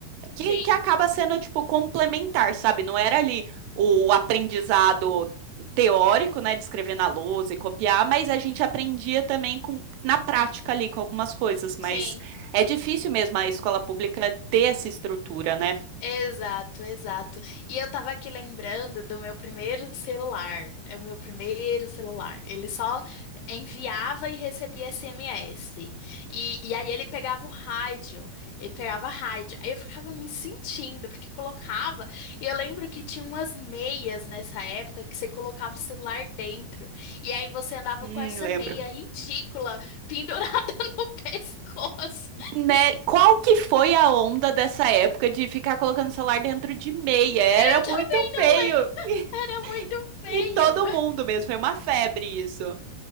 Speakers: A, on the right; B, on the left.
A: que
B: Sim,
A: que acaba sendo tipo complementar, sabe? Não era ali o aprendizado teórico, né, de escrever na lousa e copiar, mas a gente aprendia também com na prática ali com algumas coisas, mas
B: sim.
A: é difícil mesmo a escola pública ter essa estrutura, né?
B: Exato, exato. E eu tava aqui lembrando do meu primeiro celular. É o meu primeiro celular. Ele só enviava e recebia SMS. E, e aí ele pegava o rádio. Ele pegava rádio. Aí eu ficava me sentindo, porque eu colocava. E eu lembro que tinha umas meias nessa época que você colocava o celular dentro. E aí você andava
A: Hum,
B: com essa
A: lembro.
B: meia ridícula pendurada <laughs> no pescoço.
A: Né? Qual que foi a onda dessa época de ficar colocando o celular dentro de meia?
B: Eu
A: Era muito
B: também
A: feio.
B: não lembro. <laughs>
A: E,
B: Era muito feio.
A: e todo mundo mesmo, foi uma febre isso.